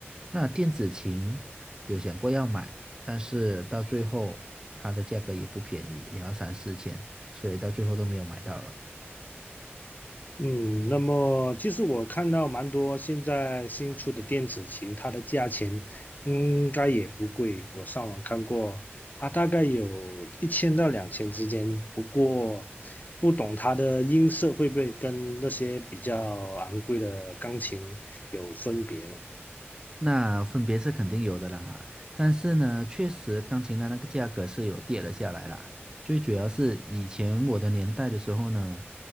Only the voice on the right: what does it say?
那电子琴有想过要买，但是到最后它的价格也不便宜，也要三四千，所以到最后都没有买到了。
那分别是肯定有的啦，但是呢，确实钢琴的那个价格是有跌了下来啦。最主要是以前我的年代的时候呢，